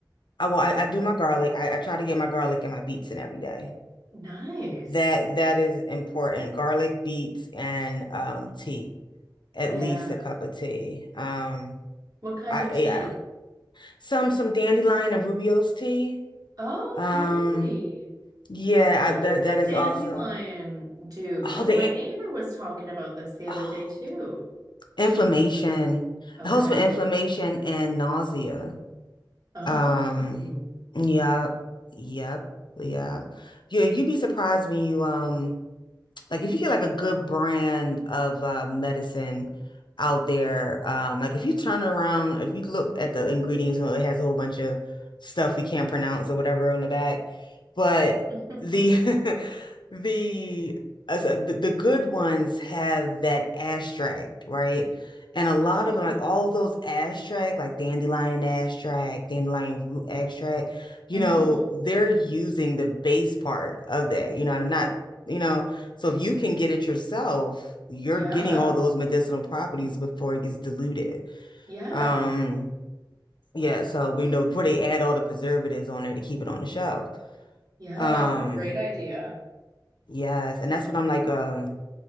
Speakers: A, on the left; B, on the right.
A: I well, I, I do my garlic. I, I try to get my garlic and my beets in every day.
B: Nice.
A: That that is important. Garlic beets and um tea. At
B: Yeah.
A: least a cup of tea. Um
B: What kind
A: I
B: of tea?
A: yeah. Some some dandelion and Rubio's tea.
B: Okay.
A: Um yeah,
B: What
A: I that
B: does
A: that
B: the
A: is
B: dandelion
A: also
B: do? Because
A: oh the
B: my
A: in-
B: neighbor was talking about this the
A: oh
B: other day too.
A: inflammation.
B: Okay.
A: It helps with inflammation and nausea.
B: Oh.
A: Um yep. Yep. Yep. Yeah, you'd be surprised when you um like if you get like a good brand of uh, medicine out there, um, like if you turn around, if you look at the ingredients, you know, it has a whole bunch of stuff we can't pronounce or whatever on the back. But
B: <laughs>
A: the <laughs> the as a- the, the good ones have that extract, right? And a lot
B: Oh.
A: of them, like all those extract, like dandelion extract, dandelion root extract, you
B: hmm
A: know, they're using the base part of that. You know, and I'm not, you know. So if you can get it yourself, you're
B: Yeah.
A: getting all those medicinal properties before it gets diluted.
B: Yeah.
A: Um, yeah, so we know before they add all the preservatives on there to keep it on the shelf.
B: Yeah,
A: Um,
B: that's a great idea.
A: yes, and that's what I'm like, um,